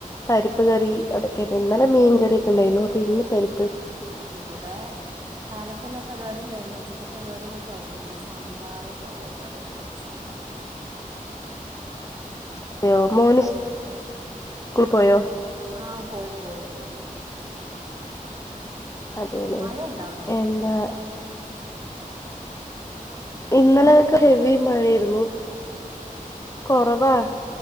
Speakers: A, on the left; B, on the right.
A: പരിപ്പ് കറി അതൊക്കെ ഇന്നലെ മീൻ കറിക്കെ ഒണ്ടായിരുന്നു അപ്പം ഇന്ന് പരി
B: ആഹ് ഇവടെ കാലത്തെല്ല പരിപാടിയും കയിഞ്ഞു ഉച്ചത്തെ പരിപാടിയൊക്കെ കയിഞ്ഞെള്ള സാമ്പാറ്, തോരൻ, അച്ചാറ് അങ്ങനെ
A: അതെയോ മോന് സ്കൂൾ പോയോ
B: ആഹ് പോയി പോയി പോയി
A: അതെല്ലെ
B: മഴയുണ്ടോ അവിടെ
A: എന്താ ഇന്നലെക്കെ
B: മഴയുണ്ടോ
A: ഹെവി
B: അവിടെ
A: മഴായിരുന്നു കൊറവാ